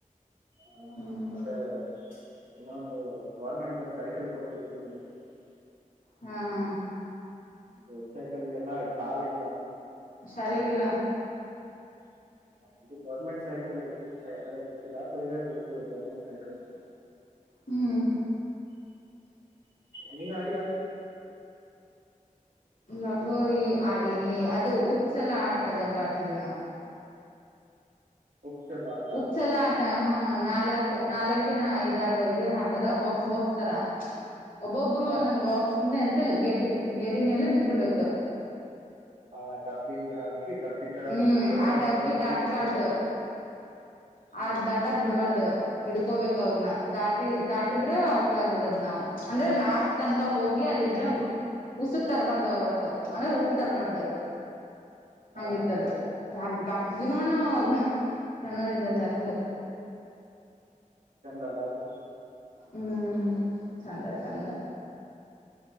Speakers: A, on the right; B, on the left.
A: ಹ್ಮ
B: ಹ್ಮ್
A: ಮತ್ತೆ. ಇನ್ನೊ ಒಂದು ಗೌರ್ಮೆಂಟ್ದ ಸೈಕಲ್ ಕೊಡ್ತಿದ್ರರ <unintelligible>
B: ಹಾ ಹಾ.
A: ದೊಡ್ಡ ಸೈಕಲಿಗೆಲ್ಲ ಕಾಲ ಇಲ್ಲ.
B: ಶಾಲೆಗ ಎಲ್ಲ.
A: ಅದು ಗೌರ್ಮೆಂಟ್ ಸೈಕಲು ಸೈಕಲ್ ಅದು. <unintelligible> ಯಾವ ಬೇರೆಯವರ ಸೈಕಲ್ ಗವರ್ನಮೆಂಟ್ ಸೈಕಲು.
B: ಹ್ಮ್.
A: ನೀನ್ ಅಡಿ ಯಾ.
B: ಲಗೋರಿ
A: ಇದಂಥದ್ದೆಲ್ಲ ಆಡಿಯಾ
B: ಆಡಿನಿ ಅದು ಉಪ್ಚಲ ಆಟ ಜಗ್ಗ ಆಡ್ತಿದಿವಿ ನಾವ್.
A: ಹುಚ್ಚಲ್ಲ ಆಟ
B: ಉಪಚಲ್ಲೊ ಆಟ ಹ್ಮ ನಾಲ್ಕು ನಾಲ್ಕ ಏನ ಐದ ಆರು ಇದನ ಹಾಕದ ಬಾಕ್ಸ್ ಬಾಕ್ಸ್ ತರ ಒಬ್ಬೊಬ್ರು
A: ಹಾ
B: ಒಂದ ಒಂದ ಬಾಕ್ಸ್ ನ ಹಂತೇಲಿ ಗೆಟ್ ಗೆರೇ ಮೇಲೆ ನಿಂದ್ರಬೇಕ.
A: ಹಾ ಡಬ್ಬಿ ಹಾಕಿ. ಡಬ್ಬಿ ತರ
B: ಹ್ಮ್
A: ಚೌಕ
B: ಆ
A: ಆಕಾರದಾಗ
B: ಡಬ್ಬಿ ದಾಟಬಾರ್ದು
A: ಗೇಟಿ ಹಾಕಿ ಹಾ
B: ಆ ದಾಟಾಕ್ ಬಿಡ್ಬಾರ್ದ. ಹಿಡ್ಕೋಬೇಕ ಅವ್ರನ್ನ ದಾಟಿ ದಾಟಿದ್ರ ಔಟ್ ಆಗ್ಬಿಡದ್ ನಾವ್ ಅಂದ್ರೆ ಲಾಸ್ಟ್ ತನಕ ಹೋಗಿ ಅಲ್ಲಿದ್ರ ಉಸಕ್ ತರಬಾರ್ದ ಅವ್ರ ಒಟ್ಟ ಅಂದ್ರ ಉಪ್ಪು ತರಬಾರ್ದ.
A: ಹಾ
B: ಹಂಗಿತ್ತ ಅದ. ಜಗ್ಗ ಆಡ್ತಿದ್ದಿವಿ ನೋಡು ಅವಾಗ. ಸಣ್ಣವರ ಇದ್ದಾಗ ಜಗ್ಗ.
A: <unintelligible>
B: ಹ್ಮ್ ಚೆಂದ ಚೆಂದ.